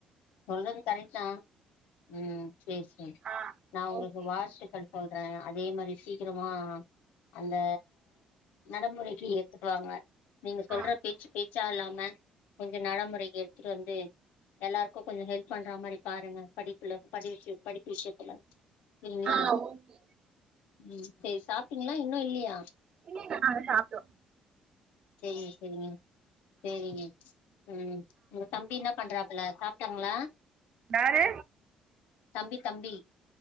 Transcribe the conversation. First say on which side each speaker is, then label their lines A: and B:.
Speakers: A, on the left; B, on the right.
A: சொல்றது கரெக்ட் தா ம் சேரி சேரி
B: ஆ
A: நா உங்ளுக்கு
B: ஓகேங்க
A: வாழ்த்துக்கள் சொல்றே அதே மாரி சீக்கிரமா அந்த நடமுறைக்கு எத்துட்டுவாங்க நீங்க சொல்ற
B: ஆ
A: பேச்சு பேச்சா இல்லாம கொஞ்ச நடமுறைக்கு எட்த்துட்டு வந்து எல்லாருக்கு கொஞ்சோ ஹெல்ப் பண்ற மாரி பாருங்க படிப்புல படிச்சு படிப்பு விஷ்யத்துல துங்களா
B: ஆ ஓகே
A: ம் சேரி சாப்ட்டீங்களா இன்னு இல்லியா
B: இல்லல்ல நாங்க சாப்ட்டோ
A: செரிங்க செரிங்க செரிங்க ம் உங்க தம்பி என்ன பண்றாப்புல சாப்ட்டாங்ளா
B: வேரு
A: தம்பி தம்பி